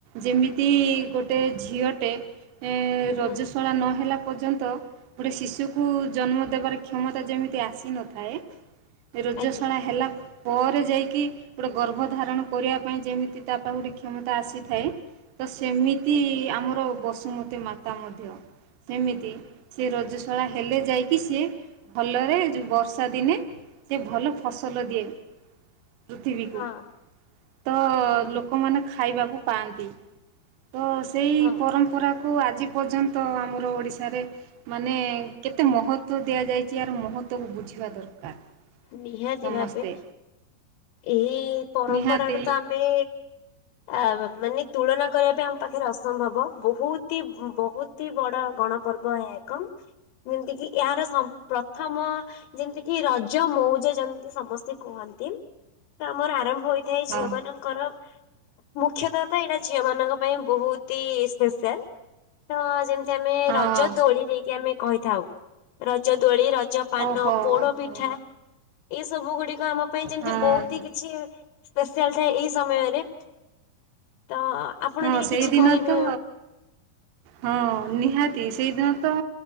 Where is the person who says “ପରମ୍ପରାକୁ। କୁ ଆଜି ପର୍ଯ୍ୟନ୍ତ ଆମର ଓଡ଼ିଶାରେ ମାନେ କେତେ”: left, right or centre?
Right